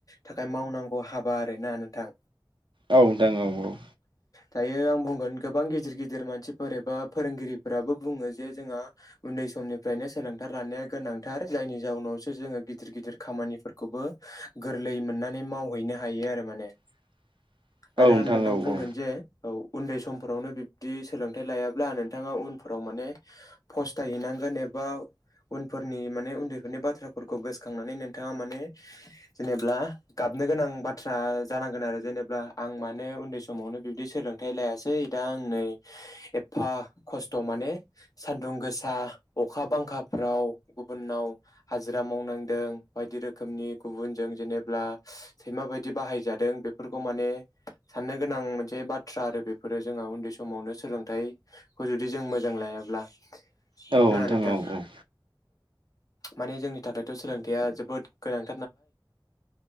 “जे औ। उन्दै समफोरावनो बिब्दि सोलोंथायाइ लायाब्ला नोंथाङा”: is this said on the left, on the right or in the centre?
Left